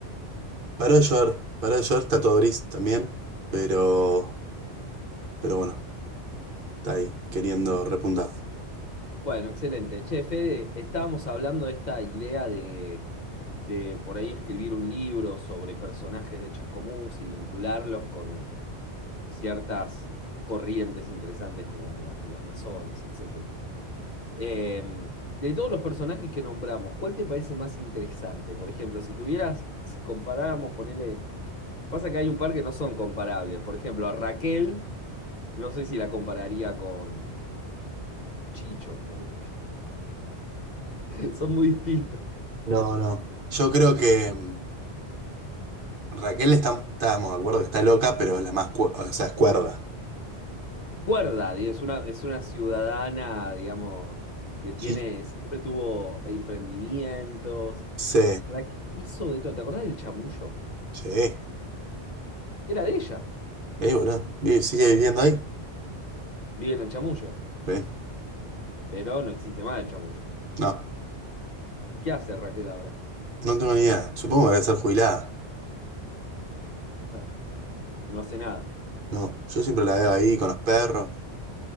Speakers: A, on the right (about 55°); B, on the left (about 50°).
A: Paró de llover, paró de llover, está todo gris también, pero, pero bueno, está ahí, queriendo repuntar.
B: Bueno, excelente. Che, Fede, estábamos hablando de esta idea de, de por ahí escribir un libro sobre personajes de Chascomús y vincularlos con ciertas corrientes interesantes como la- los masones, etcétera. Em, de todos los personajes que nombramos, ¿cuál te parece más interesante? Por ejemplo, si tuvieras, si comparáramos, ponele. Pasa que hay un par que no son comparables. Por ejemplo, a Raquel, no sé si la compararía con Chicho, ponele. <laughs> Son muy distintos.
A: No, no. Yo creo que mm, Raquel está, estábamos de acuerdo que está loca, pero es la más, cue- o sea, es cuerda.
B: Cuerda, di- es una, es una ciudadana, digamos, que tiene,
A: Sí.
B: siempre tuvo emprendimientos.
A: Sí,
B: Raquel hizo de todo. ¿Te acordás del Chamullo?
A: sí. Eh,
B: Era de ella.
A: boludo, vive- ¿sigue viviendo ahí?
B: Vive en el Chamullo,
A: Sí.
B: pero no existe más el Chamullo.
A: No,
B: ¿Y qué hace Raquel ahora?
A: no tengo ni idea. Supongo que debe ser jubilada.
B: Claro, no hace nada.
A: No, yo siempre la veo ahí con los perros.